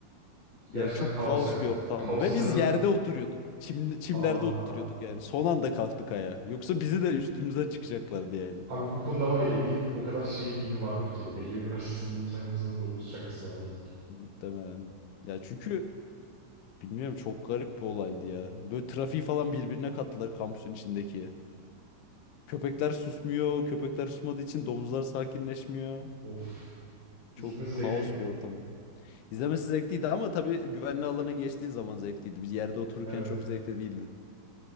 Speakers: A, on the right; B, on the left.
A: Gerçekten
B: Yani çok
A: kaos
B: kaos
A: ya.
B: bir ortamdı.
A: Kaosa
B: Ve
A: sebep.
B: biz yerde oturuyorduk. Çim, çimlerde
A: Aa.
B: oturuyorduk yani. Son anda kalktık ayağa. Yoksa bizi de üstümüze çıkacaklardı yani.
A: Abi bu konuda var ya eminim o kadar şey mimi vardır ki. Ege Üniversitesi'nin meme sayfasında domuz şakası vardır ki.
B: Muhtemelen. Ya çünkü Bilmiyorum çok garip bir olaydı ya. Böyle trafiği falan birbirine kattılar kampüsün içindeki. Köpekler susmuyor. Köpekler susmadığı için domuzlar sakinleşmiyor.
A: Of. İzlemesi
B: Çok
A: zevkliydi
B: kaos
A: ama.
B: bir ortam. İzlemesi zevkliydi ama tabii güvenli alana geçtiğin zaman zevkliydi. Biz yerde otururken
A: Evet.
B: çok zevkli değildi.